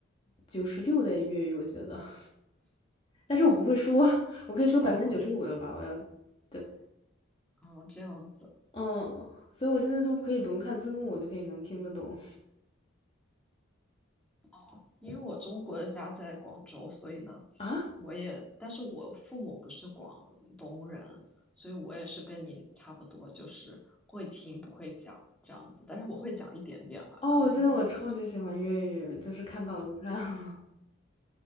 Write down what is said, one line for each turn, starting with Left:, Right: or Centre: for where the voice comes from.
Left: 九十六的粤语，我觉得。<laughs> 但是我不会说，我可以说百分之九十五的吧，
Centre: 哦哦
Left: 我要，对，
Centre: 哦，这样子。
Left: 嗯，所以我现在都可以不用看字幕，我就可以能听得懂
Centre: 哦，因为我中国的家在广州，所以呢，
Left: 啊。
Centre: 我也，但是我父母不是广东人，所以我也是跟你差不多，就是会听不会讲这样子。但是我会讲一点点啦，
Left: 哦，
Centre: 可能
Left: 我真的我超级喜欢粤语，就是看港剧看了。